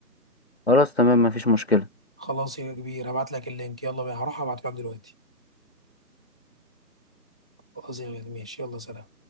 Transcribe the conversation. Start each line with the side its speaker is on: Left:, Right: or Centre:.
Left: خلاص تمام مفيش مشكلة
Centre: خلاص يا كبير هبعت لك اللينك يلا بينا هروح ابعته لك دلوقتي خلاص يا غالي ماشي يلا سلام